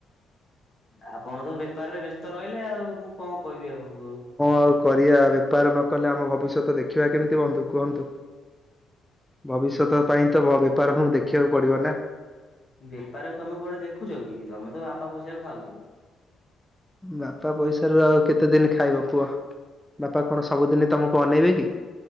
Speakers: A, on the left; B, in the centre.
A: ଆପଣ ତ ବେପାରରେ ବ୍ୟସ୍ତ ରହିଲେ ଆଉ ମୁଁ କଣ କହିବି ଆପଣଙ୍କୁ ଆଉ।
B: ଆଉ କଣ କରିବା ବେପାର ନକଲେ ଆମ ଭବିଷ୍ୟତ ଦେଖିବା କେମିତି ବନ୍ଧୁ କୁହନ୍ତୁ। ଭବିଷ୍ୟତ ପାଇଁ ତ ବେପାର କୁ ଦେଖିବାକୁ ପଡିବ ନା।
A: ବେପାରରେ ତମେ କୁଆଡେ ଦେଖୁଛ କି ତମେ ତ ବାପା ପଇସାକୁ ଖାଉଛ।
B: ବାପା ପଇସାରୁ ଆଉ କେତେ ଦିନ ଖାଇବ କୁହ। ବାପା କଣ ସବୁଦିନ ତମକୁ ଅନେଇବେ କି?